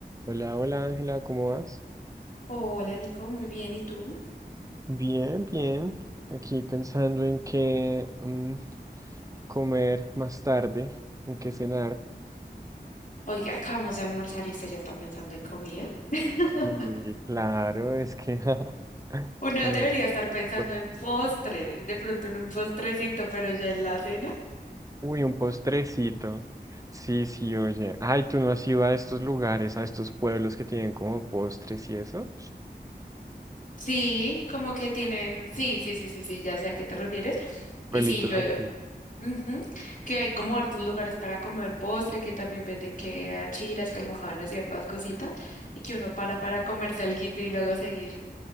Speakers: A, on the right; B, on the left.
A: Hola, hola Ángela, ¿cómo vas?
B: Hola Nico, muy bien, ¿y tú?
A: Bien, bien. Aquí pensando en qué mm, comer más tarde, en qué cenar.
B: Oiga, acabamos de almorzar y usted ya está pensando en comida. <laughs>
A: sí claro, es que <laughs>
B: Uno
A: comer
B: debería
A: rico.
B: estar pensando en postre, de pronto en un postrecito, pero ya en la cena.
A: Uy, un postrecito. Sí, sí, oye. Ay, ¿tú no has ido a estos lugares, a estos pueblos que tienen como postres y eso?
B: Sí, como que tienen, sí, sí, sí, sí, sí, ya sé a qué te refieres. Y
A: Pueblitos
B: sí, yo,
A: así.
B: ujú, que hay como hartos lugares para comer postre, que también venden que achiras, que almojábanas, ciertas cositas, y que uno para para comerse alguito y luego seguir.